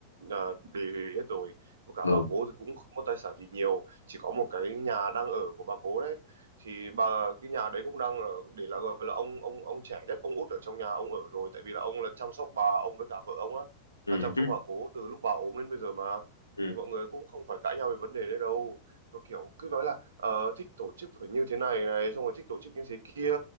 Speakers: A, on the right; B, on the left.
A: ờ, đề hết rồi và cả
B: ừ
A: bà cố thì cũng không có tài sản gì nhiều chỉ có một cái nhà đang ở của bà cố đấy thì bà cái nhà đấy cũng đang ở để là gọi là ông ông ông trẻ nhất ông út ở trong nhà ông ở rồi tại vì là ông là chăm sóc bà ông với cả vợ ông á
B: ừ
A: là chăm sóc
B: hứ,
A: bà cố từ lúc bà ốm đến bây giờ mà
B: ừ
A: thì mọi người cũng không phải cãi nhau về vấn đề đấy đâu và kiểu cứ nói là ờ, thích tổ chức phải như thế này này xong rồi thích tổ chức như thế kia